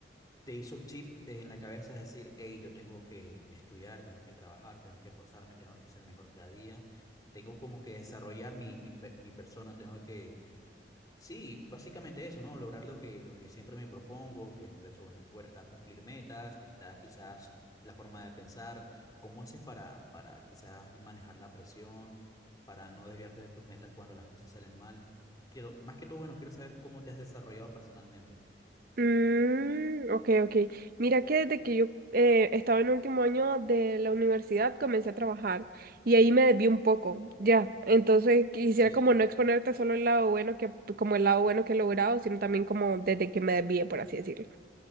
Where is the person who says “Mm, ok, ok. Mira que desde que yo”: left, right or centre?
Right